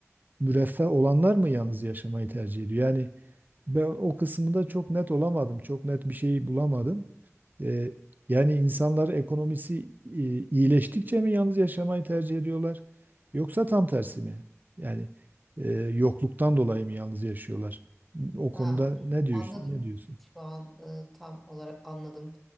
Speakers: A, on the right (about 35°); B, in the centre.
A: müreffeh olanlar mı yalnız yaşamayı tercih ediyor? Yani ben o kısmında çok net olamadım, çok net bir şey bulamadım. E, yani insanlar ekonomisi e, iyileştikçe mi yalnız yaşamayı tercih ediyorlar? Yoksa tam tersi mi? Yani e, yokluktan dolayı mı yalnız yaşıyorlar? O konuda
B: Ha,
A: ne diyorsun?
B: anladım.
A: Ne diyorsun?
B: Şu an e, tam olarak anladım